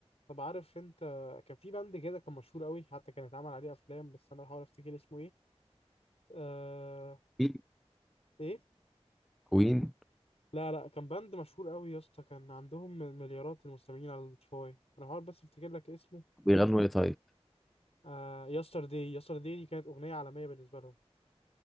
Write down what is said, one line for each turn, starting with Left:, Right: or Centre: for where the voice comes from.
Left: طب عارف انت كان في باند كده كان مشهور قوي حتى كان اتعمل عليه افلام بس انا بحاول افتكر اسمه ايه آه...
Centre: في
Left: ايه
Centre: كوين
Left: لا لا كان باند مشهور قوي يا اسطى كان عندهم مليارات المستمعين على سبوتيفاي انا هحاول بس افتكر لك اسمه
Centre: بيغنوا ايه طيب
Left: آه يسترداي يسترداي دي كانت اغنيه عالميه بالنسبه لهم